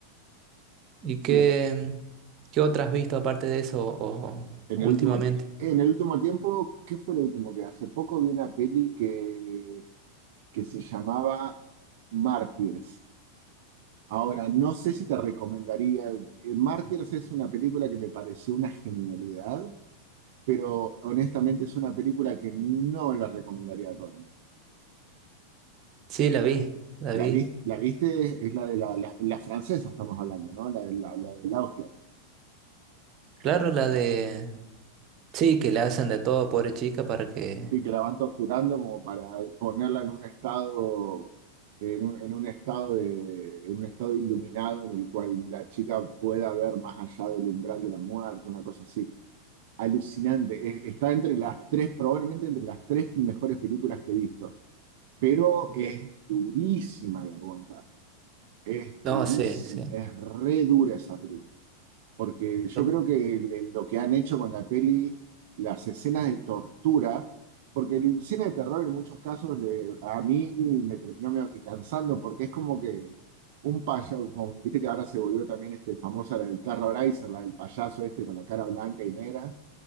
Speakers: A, on the right; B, on the right.
A: ¿Y
B: Sí,
A: qué,
B: re-
A: qué otras has visto aparte de eso o,
B: en
A: últimamente?
B: el último, ti- en el último tiempo, ¿qué fue lo último que hace poco vi una peli que, que se llamaba Mártires? Ahora, no sé si te recomendaría. eh, Mártires es una película que me pareció una genialidad pero honestamente es una película que no la recomendaría a todo el mundo.
A: Sí, la vi, la vi.
B: La, vi- la viste, es, es la de la, la, la francesa, estamos hablando, ¿no? La, de la, la de Laugia,
A: Claro, la de... Sí, que le hacen de todo, pobre chica, para que...
B: y que la van torturando como para ponerla en un estado, en un, en un estado de, en un estado iluminado en el cual la chica pueda ver más allá del umbral de la muerte, una cosa así. Alucinante. Es- está entre las tres, probablemente entre las tres mejores películas que he visto, pero es durísima de aguantar. Es
A: No,
B: durísimo,
A: sí, sí.
B: es re dura esa película. Porque yo
A: Eh,
B: creo que le- lo que han hecho con la peli, las escenas de tortura, porque el cine de terror en muchos casos le- a mí me terminó medio que cansando, porque es como que un payaso, como, viste que ahora se volvió también este famosa la del Terrorizer, la del payaso este con la cara blanca y negra.